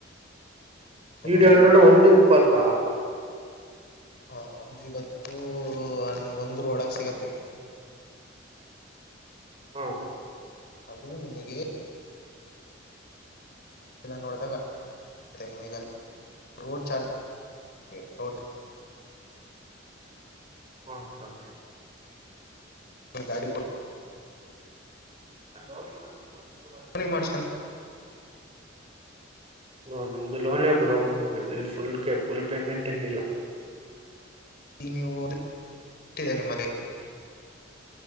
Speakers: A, on the left; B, on the right.
A: ಎಪ್ಪತ್ತು
B: ಈಡನ್ರೋಡ
A: ಮೈಲೇಜ್
B: ಒಂದು ಇಪ್ಪತ್ತ
A: ಹಾ ಒಂದು ಇವತ್ತು ಒಂದರ ಒಳಗೆ ಸಿಗತ್ ನಿಗೆ
B: <inaudible> ಹಾ
A: ಅದು ನಿಮಗೆ ಲ್ಲ ನೋಡಿದಾಗ ನಿಮೀಗೋಡ್ ಚಾರ್ಜ್ ಟೋಟ್
B: ಹಓತ್ರ <unintelligible>
A: ಗಾಡಿ ಕೊಡ
B: ಯ ೋಲಿಂಗ ಮಾಡಸ ತುಕೂರು ಮಾಡರ
A: ಮಾಡ್ಸ್ಕೊಂತ
B: ಬ್ರೋ ನಮ್ದು ಲೋನೇ ಬ್ರೋ ಫುಲ್ ಫುಲ್ ಪೇಮೆಂಟ್ ಏನಿಲ್ಲ
A: ಈಗ ನೀವು ಓದ ನಿಮ್ಮದೇ